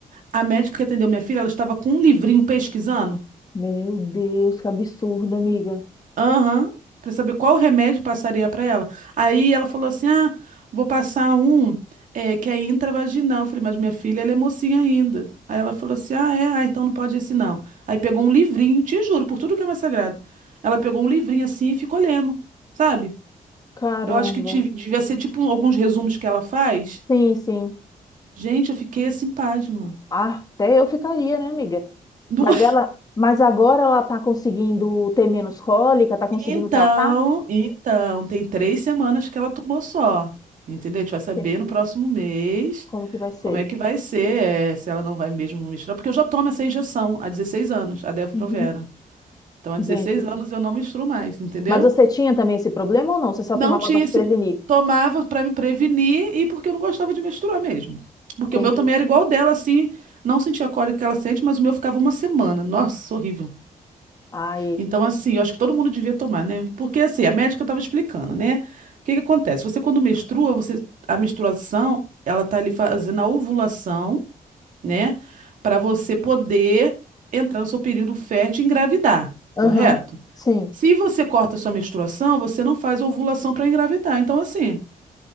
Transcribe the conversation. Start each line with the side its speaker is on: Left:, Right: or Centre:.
Right: A médica que atendeu minha filha, ela estava com um livrinho pesquisando.
Left: Meu Deus, que absurdo, amiga.
Right: Aham. Pra saber qual remédio passaria pra ela. Aí ela falou assim: Ah, vou passar um eh, que é intravaginal. Eu falei, mas minha filha, ela é mocinha ainda. Aí ela falou assim: Ah, é? Ah, então não pode esse não. Aí pegou um livrinho, te juro, por tudo que é mais sagrado. Ela pegou um livrinho assim e ficou lendo, sabe?
Left: Caramba.
Right: Eu acho que tive- devia ser tipo alguns resumos que ela faz.
Left: Sim, sim.
Right: Gente, eu fiquei assim, pasma.
Left: Ah, até eu ficaria, né, amiga?
Right: Não-
Left: Mas ela, mas agora ela tá conseguindo ter menos cólica, tá conseguindo
Right: Então,
Left: tratar?
Right: então, tem três semanas que ela tomou só. Entendeu? A gente vai saber
Left: Entendi.
Right: no próximo mês
Left: Como que vai
Right: como
Left: ser?
Right: é que vai ser, é, se ela não vai mesmo misturar, porque eu já tomo essa injeção há 16 anos, a Depo-Provera.
Left: Uhum.
Right: Então, há
Left: Entendi.
Right: 16 anos eu não misturo mais, entendeu?
Left: Mas você tinha também esse problema ou não? Você só
Right: Não
Left: tomava
Right: tinha
Left: para se
Right: esse.
Left: prevenir?
Right: Tomava pra me prevenir e porque eu não gostava de misturar mesmo. Porque
Left: Entendi.
Right: o meu também era igual o dela, assim, não sentia a cólica que ela sente, mas o meu ficava uma semana. Nossa, horrível.
Left: Aí.
Right: Então, assim, eu acho que todo mundo devia tomar, né? Porque, assim, a médica estava explicando, né? O que que acontece? Você, quando menstrua, você, a menstruação, ela tá ali fazendo a ovulação, né? Para você poder entrar no seu período fértil e engravidar, correto?
Left: Aham. Sim.
Right: Se você corta a sua menstruação, você não faz ovulação para engravidar. Então, assim,